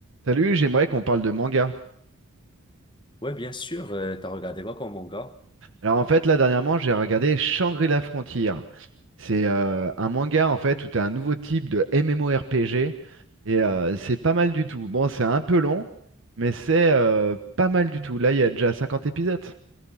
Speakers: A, on the right (about 60°); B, on the left (about 20°).
A: Salut, j'aimerais qu'on parle de manga.
B: Ouais, bien sûr, euh, t'as regardé quoi comme manga?
A: Alors en fait, là dernièrement, j'ai regardé Shangri-La Frontier. C'est euh, un manga en fait où tu as un nouveau type de MMORPG et euh, c'est pas mal du tout. Bon, c'est un peu long, mais c'est euh, pas mal du tout. Là, il y a déjà 50 épisodes.